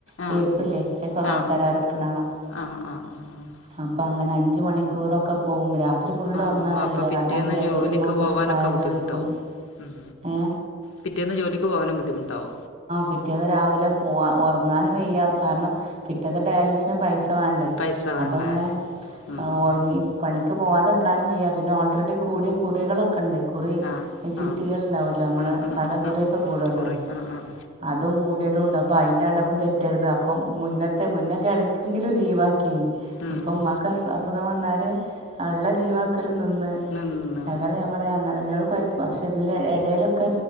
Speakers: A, on the left; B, on the right.
A: ആ
B: തേപ്പില്ലേ അത്
A: ആ ആ
B: കരാറെട്ക്കണ ആളാ
A: ആ ആ ആ ആ
B: അപ്പങ്ങനെ അഞ്ച് മണിക്കൂറൊക്കെ പോ മ്പം രാ ത്രി ഫുള്ള്
A: ഔ
B: ഒറങ്ങാൻ കയ്യൂല
A: അപ്പോൾ പിറ്റേന്ന്
B: കാരണം അയിന്റെ എടേൽ
A: ജോലിക്ക്
B: മ്മാക്കൊരു
A: പോകാനൊക്കെ
B: ചായ
A: ബുദ്ധിമുട്ടാവും
B: ചോയ്ക്കും
A: ഉം
B: എ
A: പിറ്റേന്ന് ജോലിക്ക് പോകാനും ബുദ്ധിമുട്ടാവോ
B: പിറ്റേന്ന് രാവിലെ പോവാ ഒറങ്ങാനും വെയ്യ കാരണം പിറ്റാത്ത ഡയാലിസ്ന് പൈസ വാണ്ടേ
A: പൈസ വേണ്ടേ
B: അപ്പോങ്ങനെ
A: ഉം
B: ഓറങ്ങി
A: ഉം
B: പണി പോകതെക്കാനും വയ്യ പിന്നെ ഓൾറെഡി കൂടിയ കുറികളൊക്കെണ്ടായിക്കും കുറി
A: ആഹ്
B: ചിട്ടികൾണ്ടാവല്ലോ
A: ആഹ്
B: നമ്മൾ
A: ഉം ഉം
B: സാധാ
A: ഉം
B: കുറിയൊക്കെ
A: ഉം
B: കൂടുവല്ലോ
A: കുറി ആഹ് ആഹ്
B: അതും കൂടിയതുണ്ട് അപ്പോ അയ്ൻ്റടവും തെറ്റരുത് അപ്പം മുന്നത്തെ മുന്നൊക്കെ ഇടക്കെങ്കിലും ലീവാക്കിനി
A: ഉം
B: ഇപ്പൊമ്മാക്ക്
A: ഉം
B: അസ് അസുഖം വന്നാല് ള്ള ലീവാക്കല് നിന്ന്
A: നിന്ന്
B: ഏതാലും ഞാൻ പറയാ അങ്ങനെ കൊയപ്പാ ക്ഷെ ഇതിന്റെഎ എടയിലൊക്കെ